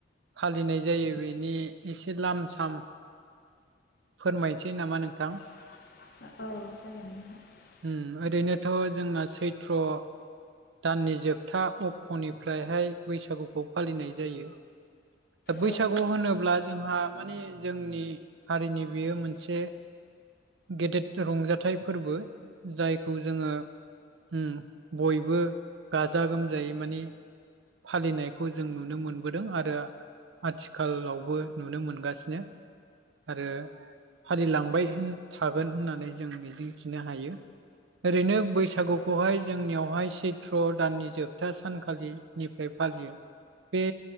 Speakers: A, on the right (about 75°); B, on the left (about 55°).
A: फालिनाय जायो बेनि एसे लाम साम फोरमायसै नामा नोंथां
B: औ जागोन नोंथां।
A: ओम ओरैनोथ' जोंना सैथ्र दाननि जोबथा अक्ट'निफ्रायहाय बैसागुखौ फालिनाय जायो। दा बैसागु
B: औ
A: होनोब्ला जोंहा माने जोंनि हारिनि बेयो मोनसे गेदेद रंजाथाइ फोरबो जायखौ जोङो उम बयबो गाजा गोमजायै मानि फालिनायखौ जों नुनो मोनबोदों आरो आथिखालावबो नुनो मोनगासिनो आरो फालिलांबाय थागोन होननानै जों मिजिंथिनो हायो। ओरैनो बैसागुखौहाय जोंनियावहाय सैथ्र' दाननि जोबथा सानखालि निफ्राय फालियो बे